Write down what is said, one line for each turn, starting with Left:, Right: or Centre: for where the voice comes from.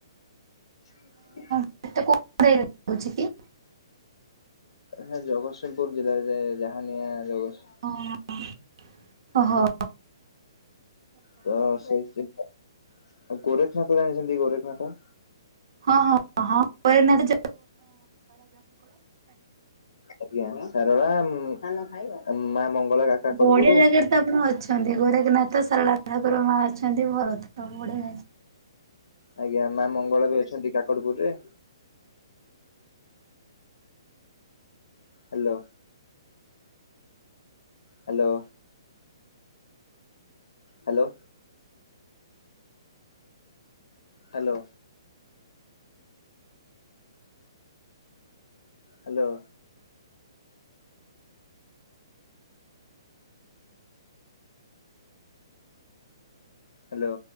Left: <inaudible>
Right: ହେଟା କୋଉ <unintelligible> ଯାଉଛି କି?
Left: ହେ ଜଗତସିଂହପୁର ଜିଲ୍ଲାରେ ଯାଏ ଜାହାନିଆ ଜଗତସିଂ
Right: ଓ-ଓହୋ।
Left: ତ ସେ ଗୋରେଖନାଥ ଜାଣିଚନ୍ତି ଗୋରେଖନାଥ?
Right: ହଁ-ହଁ-ହଁ ଗୋରେଖ ନାଥ
Left: ଆଜ୍ଞା ଶାରଳା ମା ମଙ୍ଗଳା କା-କାକଟପୁରୁ।
Right: ବଢିଆ ଜାଗାରେ ଆପଣ ଅଛନ୍ତି ଗୋରେଖନାଥ ସାରଳା ଠାକୁର ମା ଅଛନ୍ତି ଭରତର ବଡ
Left: ଆଜ୍ଞା ମା ମଙ୍ଗଳା ବି ଅଛନ୍ତି କାକଟପୁର ରେ। Hello. Hello. Hello. Hello. Hello. Hello.